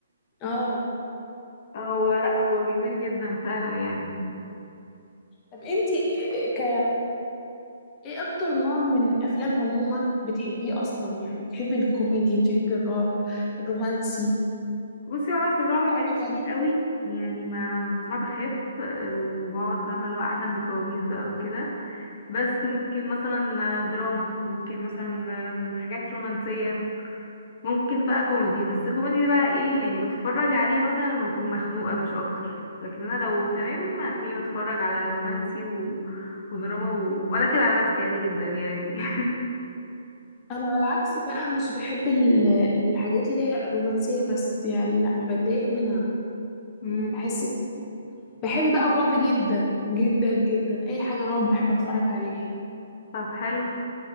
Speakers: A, on the left; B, on the left.
A: اه
B: هو لا هو جميل جدا فعلا يعني
A: طب انتي إيه- ك ايه اكتر نوع من الافلام عموما بتحبيه اصلا يعني بتحبي الكوميدي بتحبي الرعب الرومانسي
B: بصي بقى في الرعب ماليش
A: عشان
B: فيه قوي يعني ما صعب اخاف آه، وبقعد فاهمه اللي هو احلم بكوابيس بقى وكده بس ممكن مثلا آه، دراما ممكن مثلا آم، حاجات رومانسيه ممكن بقى كوميدي بس كوميدي بقى ايه يعني بتفرج عليه مثلا لما بكون مخنوقه مش اكتر لكن انا لو تمام هتلاقيني بتفرج على رومانسي و... ودراما و... وانا كده على نفسي عادي جدا يعني <laughs>
A: انا على العكس بقى مش بحب ال- الحاجات اللي هي رومانسية بس يعني لا بتضايق منها
B: مم.
A: بحس بحب بقى الرعب جدا جدا جدا اي حاجه رعب بحب اتفرج عليها
B: طب حلو